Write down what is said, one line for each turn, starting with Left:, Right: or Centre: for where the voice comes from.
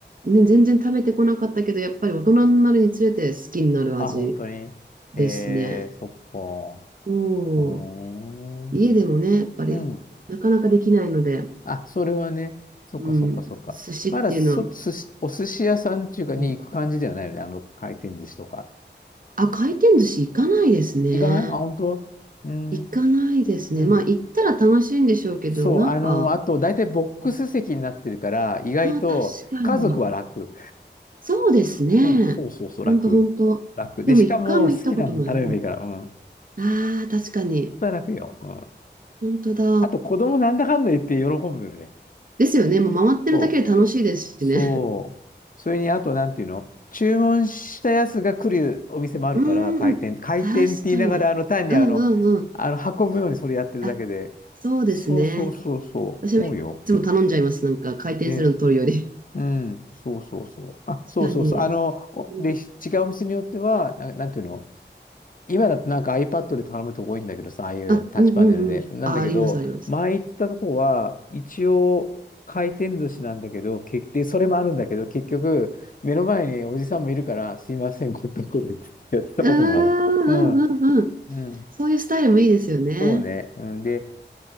Right: ね、全然食べてこなかったけど、やっぱり大人になるにつれて好きになる味
Left: あ、本当に。
Right: ですね。
Left: えー、そっか。
Right: そう、
Left: おー
Right: 家でもね、やっぱりなかなかできないので、
Left: うん。あ、それはね。そっかそっかそっか。
Right: うん、寿司っていうのは、
Left: まだそ、寿司、お寿司屋さんっていうかに行く感じではないよね。
Right: うん、
Left: あの回転寿司とか。
Right: あ、回転寿司行かないですね。
Left: 行かないあ、本当うん。
Right: 行かないですね。
Left: うん。
Right: まあ、行ったら楽しいんでしょうけど、
Left: そう。
Right: なんか、
Left: あの、あと、大体ボックス席になってるから、
Right: うん
Left: 意外と家族は楽。
Right: ああ、確かに。そうですね。
Left: うん。そうそうそう、楽。
Right: ほんと、ほんと。
Left: 楽。で、
Right: でも、
Left: しかも好きなもん頼めばいいから。
Right: 一回も行ったことない。うん、
Left: うん。
Right: ああ、確かに。
Left: それは楽よ。うん。
Right: ほんとだ。
Left: あと、子供なんだかんだ言って喜ぶよね。
Right: ですよね。もう回ってるだけで楽しいですしね。
Left: そう。そう。それに、あと、なんていうの注文したやつが来るお店もあるから、
Right: <laughs> うーんうん、
Left: 回転。回転って言いながら、
Right: 確かに。
Left: あの、単にあの、
Right: うんうんうん。
Left: あの、運ぶのにそれやってるだけで。
Right: あ、そうですね。
Left: そうそうそうそう。
Right: 私もいつも頼んじゃいます。
Left: そうよ。
Right: なんか、回転するの取るより。
Left: ね。うん。そうそうそう。あ、
Right: <laughs>
Left: そうそうそう。
Right: 確かに。
Left: あの、おで、
Right: うん
Left: 違うお店によっては、な、なんていうの今だとなんか iPad で頼むとこ多いんだけどさ、ああいうタッチパネルで。
Right: あ、うんうんうん。
Left: なんだけど、
Right: あ、あります、あります。
Left: 前行ってたとこは、一応回転寿司なんだけど、結で、それもあるんだけど、結局、目の前におじさんもいるから、すいません、これとこれってやってたこともある。
Right: うーん、うん、
Left: うん。
Right: うん、うん。
Left: うん。
Right: そういうスタイルもいいですよね。
Left: そうね。うん、で、